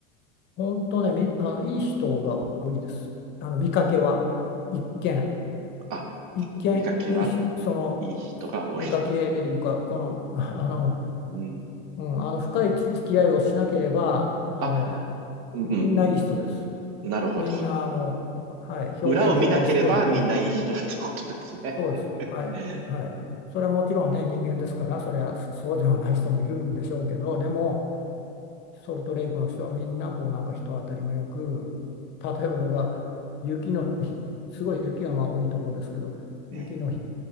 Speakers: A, on the left (about 35°); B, on the right (about 45°).
A: 本当ね、みあの、いい人が多いです。あの見かけは、一見、
B: あ、
A: 一見、
B: 見かけは
A: いいし、その、
B: いい人が多い。
A: 見かけというか、この、あの、
B: <laughs> うん。
A: うん、あの深い付き合いをしなければ、あの、
B: あ、うん、
A: みんないい人です。
B: なるほど。
A: みんな、あの、はい、表面上はすごいいい
B: 裏を見なければみんないい人だってことですね。
A: そうです。はい。
B: <laughs> え
A: はい。それはもちろんね、人間ですから、それはそうではない人もいるんでしょうけど、でも、ソルトレイクの人はみんな、こう、なんか人当たりもよく、例えば僕が雪の日、すごい雪がまあ多いところですけど、雪の日、
B: え、